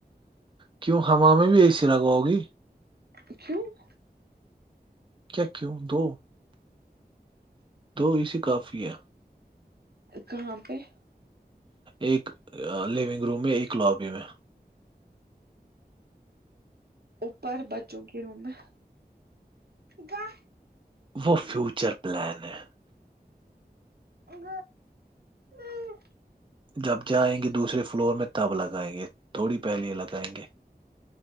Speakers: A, on the right; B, on the right.
A: کیوں ہم میں بھی اے سی لگواؤں گی
B: دکو <unintelligible>
A: کیا کیوں دو دو ایی کافی ہے
B: کہاں پہ <unintelligible>
A: ایک لیونگ روم میں ایک لابی میں
B: اوپر بچوں کی روم میں گائے
A: وہ فیوچر پلان ہے <unintelligible>
B: ا <inaudible> ہوں
A: جب جائیں گے دوسرے فلور میں تب لگائیں گے تھوڑی پہلیے لگائیں گے